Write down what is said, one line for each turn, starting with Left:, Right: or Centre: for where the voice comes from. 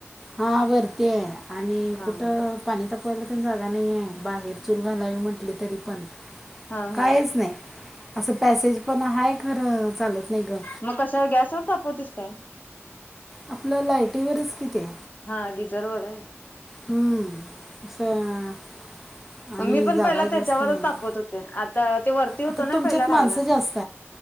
Centre: हां वरती आहे आणि
Left: हा
Centre: कुठं-
Left: हा
Centre: पाणी तापवांयला पणं जागां नाहीं आहेे बाहेर चूलं घालांवी म्हंटली तरी पणं-
Left: हा
Centre: कायं
Left: हा
Centre: चं नाहीं असं पॅसेज पणं आहे खरं चालतं नाहीं गं-
Left: मंग कशावरं गॅसवर तापवतीस कायं?
Centre: आपलं लायटीवरं चं किती.
Left: हां गिझर वरं व्हयं.
Centre: हम्मं असं. आणि
Left: मी पणं
Centre: जागा
Left: पहिला त्यांच्यावरचं
Centre: जास्त नाही
Left: तापवंत होते आंता ते वरती होतं
Centre: आता
Left: नां
Centre: तुमच्यात
Left: पहिला राहायंला.
Centre: माणसं जास्त